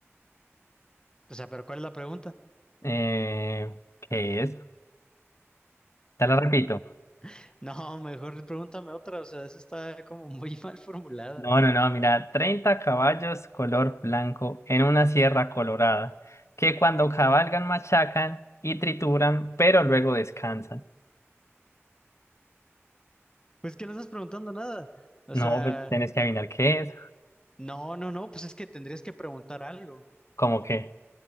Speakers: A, on the left; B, on the left.
A: O sea, pero ¿cuál es la pregunta?
B: Eh, ¿qué es? Te lo repito.
A: <laughs> No, mejor pregúntame otra, o sea, esa está como muy <laughs> mal formulada.
B: No, no, no, mira, 30 caballos color blanco en una sierra colorada que cuando cabalgan, machacan y trituran, pero luego descansan.
A: Pues que no estás preguntando nada. O
B: No,
A: sea,
B: pues tienes que adivinar qué es,
A: no, no, no, pues es que tendrías que preguntar algo.
B: ¿Cómo que,